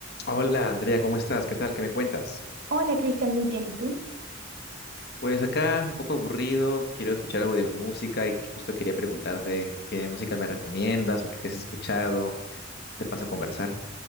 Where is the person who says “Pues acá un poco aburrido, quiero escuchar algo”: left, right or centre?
Left